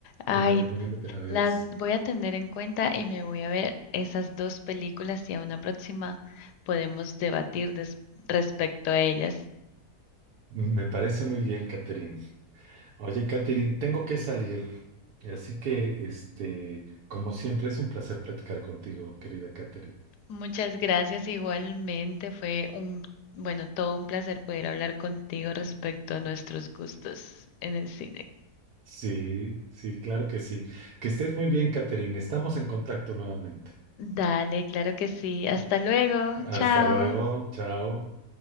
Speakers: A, on the left; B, on the right.
A: Ay,
B: te la recomiendo que la veas.
A: las voy a tener en cuenta y me voy a ver esas dos películas y a una próxima podemos debatir des- respecto a ellas.
B: Me parece muy bien, Catherine. Oye, Catherine, tengo que salir, así que, este, como siempre, es un placer platicar contigo, querida Catherine.
A: Muchas gracias igualmente, fue un, bueno, todo un placer poder hablar contigo respecto a nuestros gustos en el cine.
B: Sí, sí, claro que sí. Que estés muy bien, Catherine. Estamos en contacto nuevamente.
A: Dale, claro que sí. Hasta luego,
B: Hasta
A: chao.
B: luego, chao.